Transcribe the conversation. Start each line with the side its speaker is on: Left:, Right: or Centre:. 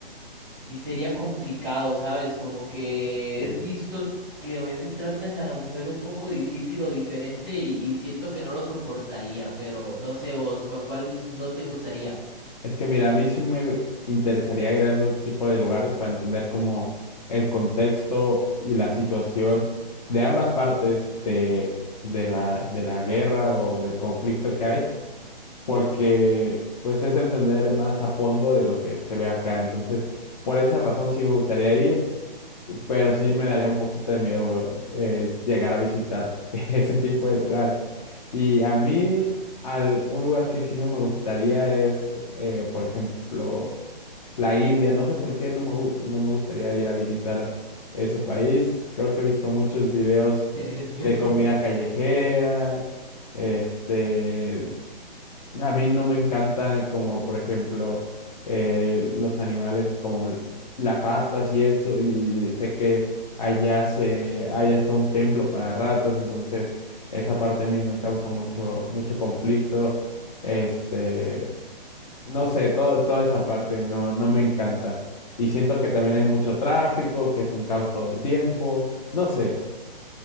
Centre: Sí sería complicado, ¿sabes? Como que
Left: Sí.
Centre: es visto que a veces tratan a la mujer un poco difícil o diferente y, y siento que no lo soportaría, pero no sé vos, ¿cuál, cuál no te gustaría?
Left: Es que mira, a mí sí me interesaría ir a ese tipo de lugares para entender como el contexto y la situación de ambas partes de, de la, de la guerra o del conflicto que hay. porque pues es entender más a fondo de lo que se ve acá. Entonces, por esa razón sí me gustaría ir, y- pero sí me daría un poquito de miedo eh, llegar a visitar <laughs> ese tipo de lugares. Y a mí, al, un lugar que sí no me gustaría es, eh, por ejemplo, la India. No sé por qué no me, gu- no me gustaría ir a visitar ese país. Creo que he visto muchos videos
Centre: <laughs>
Left: de comida callejera. Este, a mí no me encanta como, por ejemplo, eh, los animales como l- las ratas y eso, y sé que allá se, allá está un templo para ratas, entonces esa parte a mí me causa mucho, mucho conflicto. Este, no sé, todo, toda esa parte no, no me encanta. Y siento que también hay mucho tráfico, que es un caos todo el tiempo, no sé.